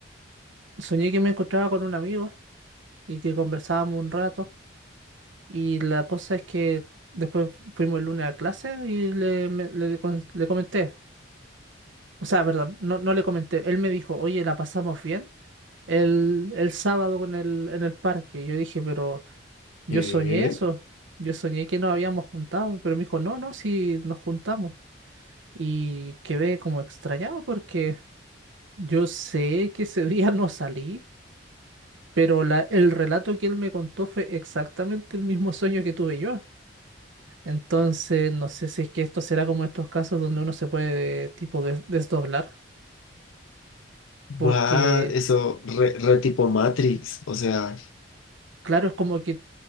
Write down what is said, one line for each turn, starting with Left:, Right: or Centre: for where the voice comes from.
Right: soñé que me encontraba con un amigo y que conversábamos un rato, y la cosa es que después fuimos el lunes a clase y le, me- le con- le comenté. O sea, perdón, no, no le comenté. Él me dijo, oye, la pasamos bien el, el sábado con el, en el parque. Yo dije, pero yo
Left: qué
Right: soñé eso. Yo soñé que nos habíamos juntado. Pero me dijo, no, no, sí nos juntamos. Y quedé como extrañado porque yo sé que ese <laughs> día no salí, pero la, el relato que él me contó fue exactamente el mismo sueño que tuve yo. Entonces, no sé si es que esto será como estos casos donde uno se puede tipo des- desdoblar. Porque
Left: what? Eso, re, re tipo Matrix, o sea,
Right: claro, es como que